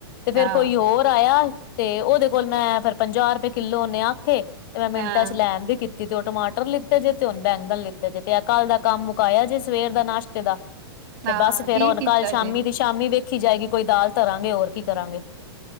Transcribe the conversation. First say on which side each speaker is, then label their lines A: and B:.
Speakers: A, on the left (about 55°); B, on the right (about 55°).
A: ਤੇ ਫੇਰ
B: ਹਾਂ
A: ਕੋਈ ਹੋਰ, ਆਇਆ ਤੇ ਉਹਦੇ ਕੋਲ ਮੈਂ ਫੇਰ ਪੰਜਾਹ ਰੁਪਏ ਕਿੱਲੋ ਉਹਨੇ ਆਖੇ ਤੇ ਮੈਂ ਮਿੰਟਾਂ
B: ਹਾਂ
A: ਚ ਲੈਣ ਵੀ ਕੀਤੀ ਤੇ ਉਹ ਟਮਾਟਰ ਲਿੱਤੇ ਜੇ ਤੇ ਉਹੁ ਬੈਂਗਣ ਲਿੱਤੇ ਜੇ ਤੇ ਕੱਲ ਦਾ ਕੰਮ ਮੁਕਾਇਆ ਜੇ ਸਵੇਰ ਦਾ ਨਾਸ਼ਤੇ ਦਾ ਤੇ
B: ਹਾਂ
A: ਬਸ ਫੇਰ
B: ਠੀਕ
A: ਹੁਣ
B: ਕੀਤਾ
A: ਕੱਲ ਸ਼ਾਮੀ
B: ਜੇ
A: ਦੀ ਸ਼ਾਮੀ ਵੇਖੀ ਜਾਏਗੀ ਕੋਈ ਦਾਲ ਧਰਾਂਗੇ ਹੋਰ ਕੀ ਕਰਾਂਗੇ